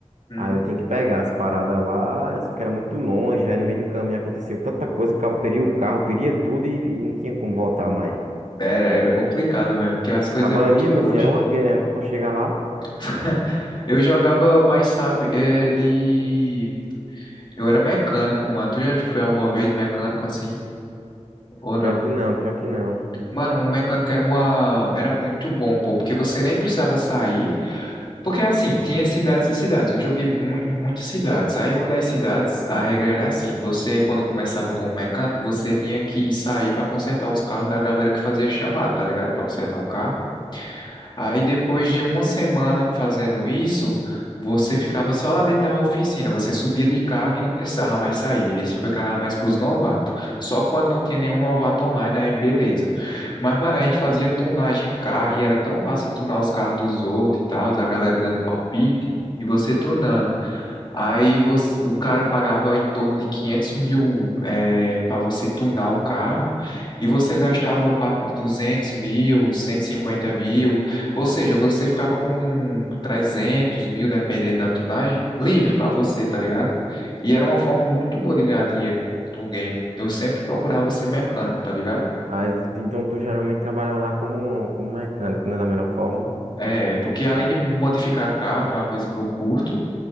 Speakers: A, on the left (about 40°); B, on the right (about 80°).
A: Hum.
B: aí eu tinha que pegar as paradas lá, só que era muito longe, aí no meio do caminho acontecia tanta coisa, que o cara peria o carro, peria tudo e, e não tinha como voltar mais.
A: Era, era complicado mesmo, porque as coisas
B: Acabaria,
A: é muito longe.
B: meu filho, era uma guerra, viu, pra chegar lá.
A: <laughs> Eu jogava mais, sabe, é, de Eu era mecânico, mano. Tu já foi alguma vez mecânico assim? Ou não?
B: Pior que não, pior que não.
A: Mano, um mecânico era uma. Era muito bom, pô, porque você nem precisava sair. Porque assim, tinha cidades e cidades. Eu joguei mu em muitas cidades. Aí, uma das cidades, a regra era assim: você, quando começava como mecânico, você tinha que sair pra consertar os carros da galera que fazia chamada, tá ligado? Pra consertar o carro. Aí depois de uma semana fazendo isso, você ficava só lá dentro da oficina, você subia de cargo e não precisava mais sair. Isso foi carregar mais pros novatos. Só quando não tinha nenhum novato online, aí beleza. Mas, mano, a gente fazia tunagem em carro e era tão massa tunar os carros dos outros e tal, a galera dando palpite e você tunando. Aí você, o cara pagava em torno de 500 mil é, para você tunar o carro e você gastava papo de 200 mil, 150 mil, ou seja, você ficava com 300 mil, dependendo da tunagem, livre para você, tá ligado? E era uma forma muito boa de ganhar dinheiro no, no game. Eu sempre procurava ser mecânico, tá ligado?
B: Aí, vo- então tu geralmente trabalhava lá como, como mecânico, né? Da melhor forma.
A: É, porque além de modificar carro, que é uma coisa que eu curto,